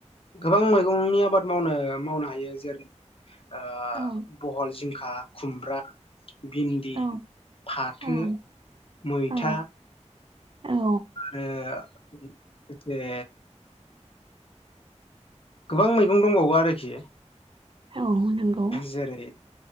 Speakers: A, on the left; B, on the right.
A: गोबां मैगंनि आबाद मावनो मावनो हायो जेरै ओ
B: औ
A: बहल, जिंखा, खुमब्रा भिन्दि,
B: औ
A: फाथो,
B: औ
A: मैथा
B: औ औ
A: रो‌ एसे गोबां मैगं दंबावो आरोखि
B: औ नोंगौ
A: जेरै